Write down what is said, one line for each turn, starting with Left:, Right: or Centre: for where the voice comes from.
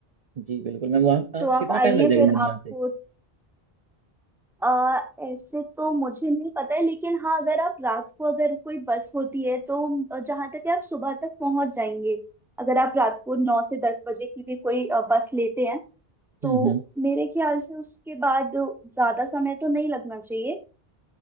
Right: जी बिल्कुल मैम वहाँ अ,
Centre: तो आप
Right: कितना टाइम
Centre: आइए
Right: लग जाएगा
Centre: फिर
Right: मैम यहाँ
Centre: आपको
Right: से
Centre: आ, ऐसे तो मुझे नहीं पता है लेकिन हाँ अगर आप रात को अगर कोई बस होती है तो जहाँ तक है आप सुबह तक पहुंच जाएंगे अगर आप रात को नौ से दस बजे की भी कोई अ, बस लेते हैं तो
Right: हम्म हम्म
Centre: मेरे ख्याल से उसके बाद ज्यादा समय तो नहीं लगना चाहिए